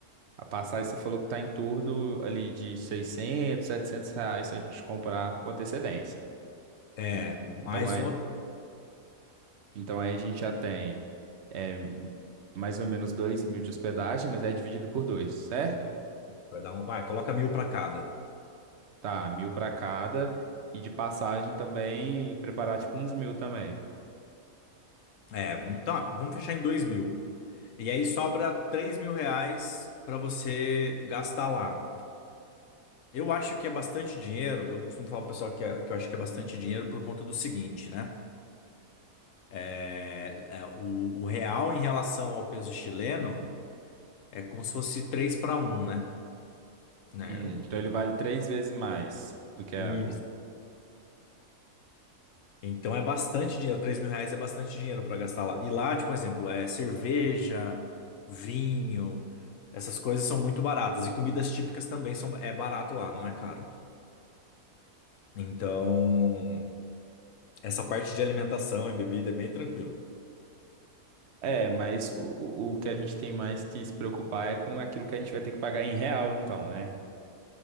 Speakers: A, on the right; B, on the left.
A: A passagem você falou que tá em torno ali de 600, 700 reais se a gente comprar com antecedência.
B: é,
A: En- Então,
B: mais
A: aí,
B: o hotel,
A: então aí a gente já tem é, mais ou menos dois mil de hospedagem, mas é dividido por dois, certo?
B: vai dar um, vai, coloca mil para cada.
A: Tá, mil para cada. E de passagem também, preparar tipo uns mil também.
B: É, vamos, tá, vamos fechar em dois mil. E aí sobra três mil reais para você gastar lá. Eu acho que é bastante dinheiro. Eu costumo falar pro pessoal que, é- que eu acho que é bastante dinheiro por conta do seguinte, né? É, é, o, o real em relação ao peso chileno É como se fosse 3 para um, né? Né,
A: Hum,
B: eu-
A: então ele vale três vezes mais do que a.
B: Isso.
A: O...
B: Então é bastante dinheiro. Três mil reais é bastante dinheiro para gastar lá. E lá, tipo, por exemplo, é cerveja, vinho, essas coisas são muito baratas. E comidas típicas também são, é barato lá, não é caro. Então, essa parte de alimentação e bebida é bem tranquilo.
A: É, mas o, o o que a gente tem mais que se preocupar é com aquilo que a gente vai ter que pagar em real, então, né?